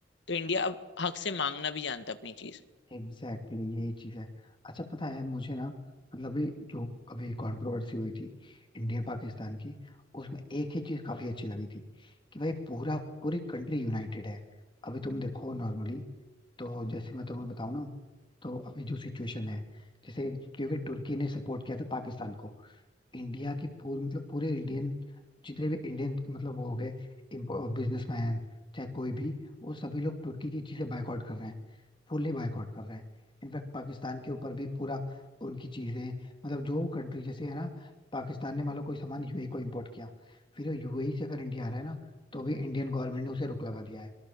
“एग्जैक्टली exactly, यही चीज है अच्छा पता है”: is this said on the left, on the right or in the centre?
Left